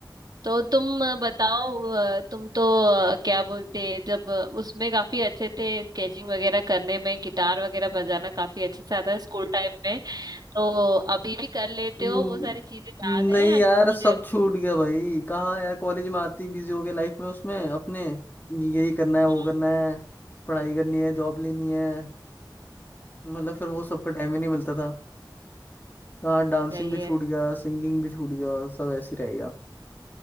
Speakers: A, on the right (about 55°); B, on the left (about 25°).
A: तो तुम अ, बताओ अ, तुम तो अ, क्या बोलते हैं, जब अ, उसमें काफी अच्छे थे स्केचिंग वगैरह करने में गिटार वगैरह बजाना काफी अच्छे से आता है स्कूल टाइम में तो अभी भी कर लेते
B: हम्म,
A: हो वो सारी चीजें याद है
B: नहीं
A: या
B: यार
A: भूल
B: सब
A: गए
B: छूट गया भाई कहाँ यार कॉलेज में आती बिजी हो गया लाइफ में उसमें अपने यही करना है वो
A: हम्म
B: करना है पढ़ाई करनी है जॉब लेनी है मतलब फिर वो सबका टाइम ही नहीं मिलता था कहाँ डांसिंग
A: सही
B: भी
A: है
B: छूट गया सिंगिंग भी छूट गया सब ऐसे ही रह गया